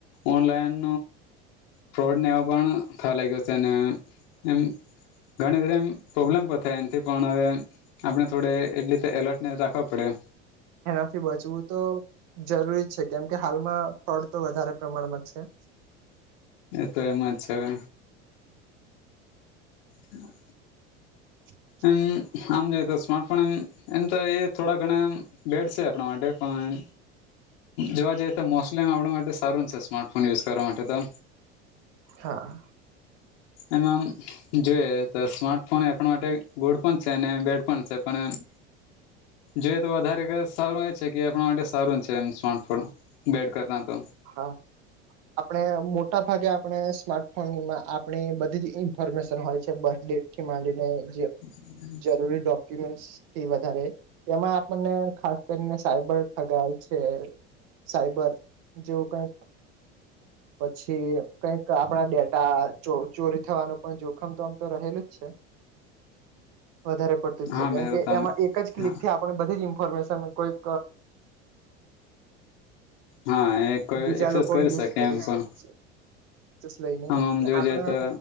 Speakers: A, on the left; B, on the right.
A: ઓનલાઈન ફ્રોડને એવા પણ થવા લાગ્યો છે એવું, ઘણી બધી એમ પ્રોબ્લેમ પણ થાય એમથી પણ હવે આપણે થોડે રીતે એલર્ટનેસ રાખવા પડે,
B: એનાથી બચવું તો જરૂરી છે કેમકે હાલમાં ફ્રોડ તો વધારે પ્રમાણમાં છે.
A: એ તો એમ જ છે હવે, હા.
B: <inaudible>
A: એવું આમ જોઈએ તો સ્માર્ટફોન એવું તો એ થોડા ઘણા એ, બેડ છે આપણા માટે પણ, જોવા જઈએ તો મોસ્ટલીમ આપણા માટે સારું છે સ્માર્ટફોન યુઝ કરવા માટે તો,
B: હા.
A: એમાં જોઈએ તો સ્માર્ટફોન એ માટે ગુડ પણ છે અને બેડ પણ છે પણ એ. જોઈએ તો વધારે સારું એ છે કે આપણા માટે સારું છે એમ સ્માર્ટફોન. બેડ કરતા તો,
B: હા. આપણે મોટા ભાગે આપણે સ્માર્ટફોનમાં આપણી બધી જ ઇન્ફોર્મેશન, હોય છે બેટથી માંડીને જે,
A: હમ.
B: જરૂરી ડોક્યુમેન્ટ્સ, થી વધારે એમાં આપણને ખાસ કરીને સાયબર ઠગાર છે. સાયબર, જેવું કઈક પછી કઈક આપણા ડેટા ચોરી થવાનું પણ જોખમ તો આમ તો રહેલું જ છે વધારે પડ, છે
A: હા
B: કેમ
A: મેરો
B: કે
A: તમે
B: એમાં એક જ ક્લિકથી
A: હા
B: આપણે બધી જ ઇન્ફોર્મેશન કોઈક,
A: હા એક, કોઈ
B: બીજા
A: એક્સેસ
B: લોકો
A: કરી
B: યુઝ
A: શકે એમ પણ
B: શકે લઈને
A: આમ જોવા
B: આપણા
A: જાય તો,